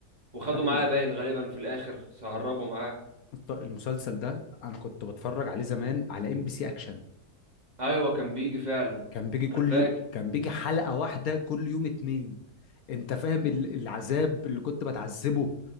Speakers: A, on the right; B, on the left.
A: وخده
B: ايوه
A: معاه باين غالبا في الاخر سهربه معاه
B: الط- المسلسل ده انا كنت بتفرج عليه زمان على ام بي سي اكشن
A: ايوه كان بيجي فعلا
B: كان بيجي كل
A: انا فاكر
B: يو- كان بيجي حلقة واحدة كل يوم اتنين انت فاهم ال- العذاب اللي كنت بتعذبه